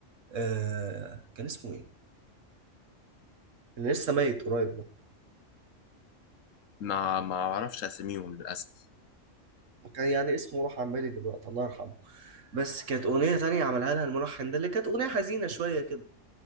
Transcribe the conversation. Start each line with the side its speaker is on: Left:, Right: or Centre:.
Right: آه كان اسمه إيه؟ اللي لسه ميت قريب ده
Left: ما ما اعرفش اساميهم للاسف
Right: كان يعني اسمه راح عن بالي دلوقتي الله يرحمه بس كانت أغنية تانية عملها لها الملحن ده اللي كانت أغنية حزينة شوية كده